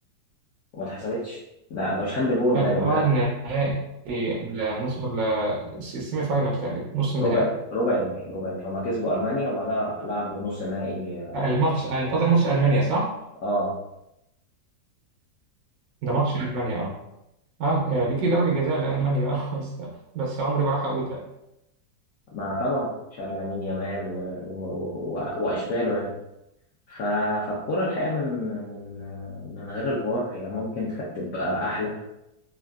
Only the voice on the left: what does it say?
وما اتحسبتش ده ده مش هاند بول
ده ده,
ده
ربع ربع النهائي ربع النهائي هما كسبوا المانيا وبعدها لعبوا نص النهائي
اه
ما طبعا شال لامين يامال و... و... و... واشباله يعني ف... فالكرة الحقيقة من من من غير الفار هي ممكن كانت تبقى احلى